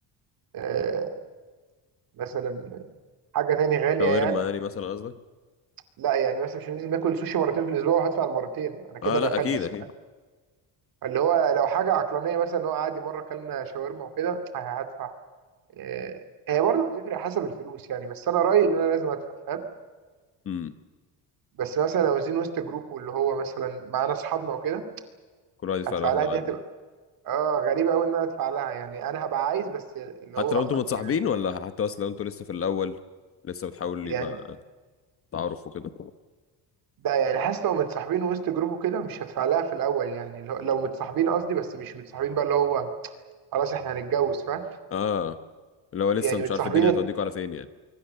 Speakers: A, on the right; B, on the left.
A: آه مثلا حاجه تاني غاليه
B: شاورما
A: يعني
B: يعني مثلا قصدك
A: لا يعني مثلا مش لازم اكل سوشي مرتين في الاسبوع وهدفع المرتين انا كده
B: اه
A: بفلس
B: لا اكيد اكيد
A: فاهم؟ فاللي هو لو حاجه عقلانيه مثلا اللي هو عادي مره اكلنا شاورما وكده هدفع آه، هي برضه هتفرق حسب الفلوس يعني بس انا رايي ان انا لازم ادفع فاهم
B: امم
A: بس مثلا لو زين وسط جروب واللي هو مثلا معانا اصحابنا وكده
B: كل واحد يدفع
A: هدفع
B: لوحده
A: لها دي
B: عادي
A: هتبقى اه غريبه قوي ان انا ادفع لها يعني انا هبقى عايز بس اللي
B: حتى
A: هو
B: لو
A: خ-
B: انتوا متصاحبين
A: يعني
B: ولا حتى اصلا لو انتوا لسه في الاول لسه بتحاول يبقى
A: يعني
B: تعارف وكده
A: ده يعني حاسس لو متصاحبين وسط جروب وكده مش هدفع لها في الاول يعني لو لو متصاحبين قصدي بس مش متصاحبين بقى اللي هو خلاص احنا هنتجوز فاهم
B: اه اللي هو لسه
A: يعني
B: مش
A: متصاحبين
B: عارف الدنيا هتوديكوا
A: ال-
B: على فين يعني